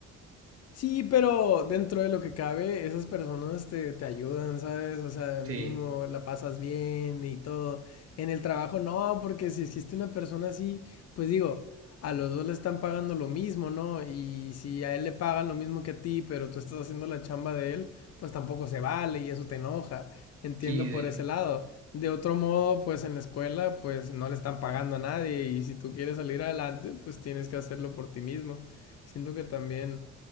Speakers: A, on the left; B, on the right.
A: Sí, pero dentro de lo que cabe, esas personas te, te ayudan, ¿sabes? O sea, mínimo
B: Sí,
A: la pasas bien y todo. En el trabajo no, porque si existe una persona así, pues digo, a los dos le están pagando lo mismo, ¿no? Y si a él le pagan lo mismo que a ti, pero tú estás haciendo la chamba de él, pues tampoco se vale y eso te enoja. Entiendo
B: sí, de
A: por
B: hecho.
A: ese lado. De otro modo, pues en la escuela, pues no le están pagando a nadie y si tú quieres salir adelante, pues tienes que hacerlo por ti mismo. Siento que también